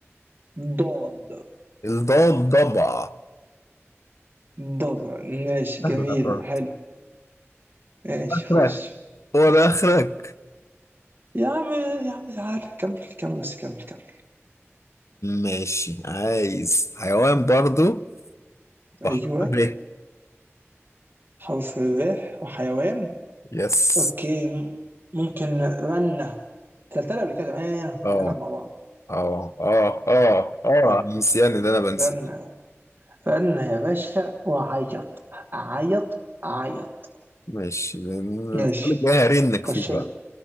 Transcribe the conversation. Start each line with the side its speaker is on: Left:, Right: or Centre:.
Right: الضاد
Left: الضاد ضبع
Right: ضبع ماشي
Left: سهلة
Right: جميلة
Left: خالص.
Right: حلو ماشي
Left: اخرك
Right: خش
Left: هو ده اخرك
Right: يا عم يا عم تعالى كمل كمل بس كمل كمل
Left: ماشي عايز حيوان برضه صح
Right: أيوه
Left: ب
Right: حرف الراء وحيوان
Left: يس
Right: اوكي م- ممكن رنة تلتلي قبل كده زمان
Left: اه
Right: بنلعب مع بعض
Left: اه اه اه اه
Right: رنة
Left: نسيان اللي انا بنسى
Right: رنة رنة يا باشا وعيط عيط عيط
Left: ماشي السؤال
Right: ماشي
Left: الجاي هرنك
Right: خش
Left: فيه بقى
Right: لك